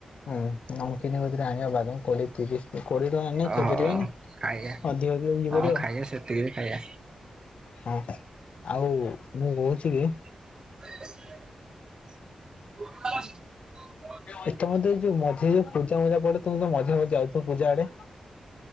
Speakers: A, on the left; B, on the right.
A: ହୁଁ ନମ କିିନି ହଦ୍ରି ଆଣିଆ ବାଦମ କୋଡ଼ିଏ ତିରିଶ୍ କୋଡିଏ ଟଙ୍କା ଆଣିଲେ
B: ଓ
A: ଖାଇପାରିବନି
B: ହଉ ଖାଇବା
A: ଅଧିକ ଅଧିକ
B: ହଁ
A: କରିବା
B: ଖାଇବା ସେତିକିରେ ଖାଇବା
A: ହଁ ଆଉ ମୁଁ କହୁଛି କି
B: <unintelligible>
A: ଏ ତମେ ତ ଯୋଉ ମଝିରେ ଯୋଉ ପୂଜା ମୂଜା ପଡେ ତମେ ତ ମଝି ମଝି ଯାଉଛ ପୂଜା ଆଡେ